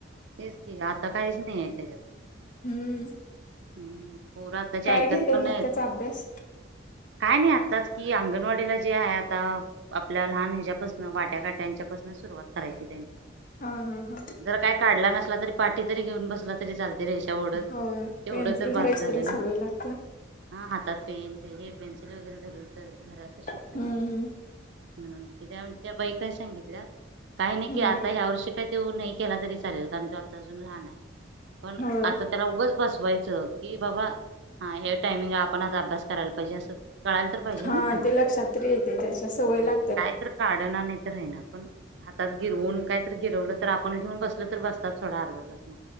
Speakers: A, on the right; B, on the left.
A: तेच की आता काहीच नाही आहे त्याच्यात.
B: हम्म
A: हम्म पोर, आताचे
B: काय
A: ऐकत
B: घेतय
A: पण नाहीत.
B: मग त्याचा अभ्यास
A: काय नाही आत्ताच की अंगणवाडीला जे आहे, आता आपल्याला लहान ह्यापासन वाट्या, काट्यांच्या पासूनच सुरवात करायची.
B: हं हं हं
A: जर काय काढला नसला तरी पाठी तरी घऊन, बसला तरी चाल. ते रेषा ओढत
B: होय
A: एवढं
B: पेन्सिल
A: तर
B: धरायची
A: भास झालं,
B: तरी
A: ना
B: सवय लागते
A: हा हातात पेन, <unintelligible> पेन्सिल वगैरे धरायला तर शिकतंय
B: हम्म
A: ना.
B: हम्म
A: म्हणून क आच्या बाईका सांगितल्या काही नाही की
B: हम्म
A: आता ह्या वर्षी काही तो नाही केला तरी चालेल कारण तो, अजून लहान आहे, पण
B: होय
A: आता त्याला उग बस, <unintelligible> की बाबा हा हे टायमिंग आपण आता अभ्यास करायला पाहिजे असं, कळायला तर पाहिजे ना
B: हा
A: त्यांना
B: ते लक्षात्री येते त्याच्या सवयीला
A: हा काय तर काढणार नाही तर राही ना, हातात गिरवून काय, तर गिरवलं तर आपण घेऊन बसल तर बसतात थोडा अर्धा तास